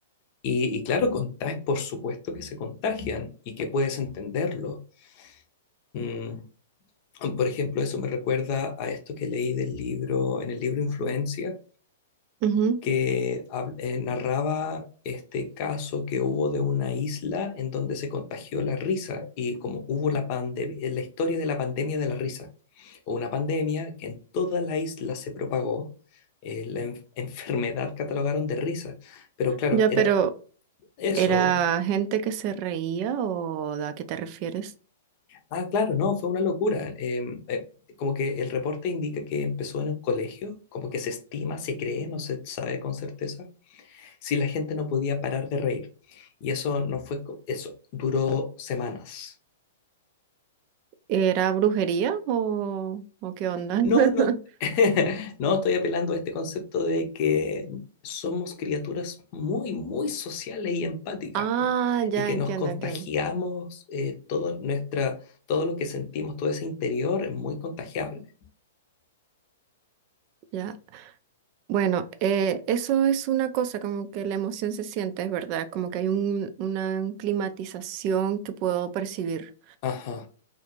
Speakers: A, on the left; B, on the right.
A: Y, y claro, contagian, por supuesto que se contagian y que puedes entenderlo. Mm, Por ejemplo, eso me recuerda a esto que leí del libro, en el libro Influencia
B: Ujú, ujú.
A: que hab- eh, narraba este caso que hubo de una isla en donde se contagió la risa y como hubo la pande eh, la historia de la pandemia de la risa, o una pandemia que en toda la isla se propagó, eh, la en- <laughs> enfermedad catalogaron de risa, pero claro,
B: Ya,
A: era
B: pero
A: eso.
B: ¿era gente que se reía o a qué te refieres?
A: Ah, claro, no, fue una locura. em, eh, como que el reporte indica que empezó en un colegio, como que se estima, se cree, no se sabe con certeza si la gente no podía parar de reír. Y eso no fue, eso duró semanas.
B: ¿Era brujería o, o qué onda?
A: No,
B: <laughs>
A: no, <laughs> no estoy apelando a este concepto de que somos criaturas muy, muy sociales y empáticas,
B: Ah,
A: po,
B: ya
A: y que
B: entiendo,
A: nos contagiamos
B: entiendo.
A: eh, todo nuestra, todo lo que sentimos, todo ese interior es muy contagiable.
B: Ya. Bueno, eh, eso es una cosa, como que la emoción se siente, es verdad, como que hay un- una climatización que puedo percibir.
A: Ajá.